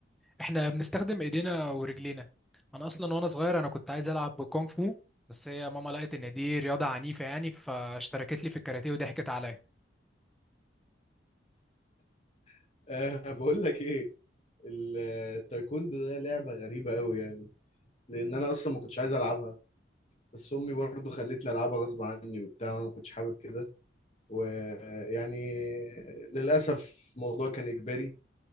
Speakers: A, in the centre; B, on the left.
A: احنا بنستخدم ايدينا ورجلينا انا اصلا وانا صغير انا كنت عايز العب كونغ فو بس هي ماما لقت ان دي رياضه عنيفه يعني فاشتركت لي في الكاراتيه وضحكت عليا
B: <laughs> أه بقول لك ايه ال- التايكوندو ده لعبه غريبه قوي يعني لان انا اصلا ما كنتش عايز العبها بس امي برضو خلتني العبها غصب عني وبتاع وانا ما كنتش حابب كده ويعني للاسف الموضوع كان اجباري